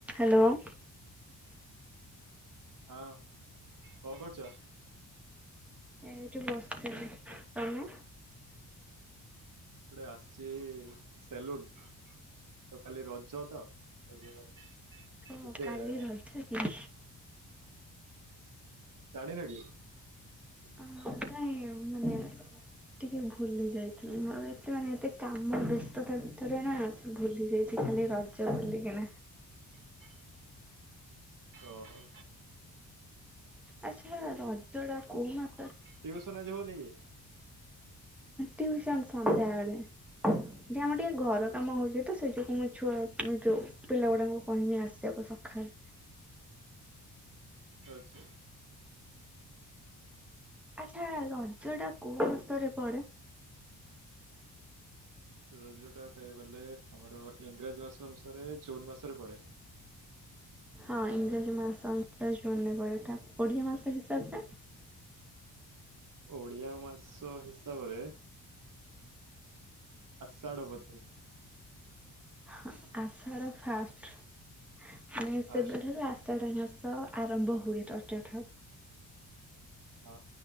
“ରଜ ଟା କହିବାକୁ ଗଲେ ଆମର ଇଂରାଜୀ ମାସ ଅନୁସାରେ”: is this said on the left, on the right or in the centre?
Right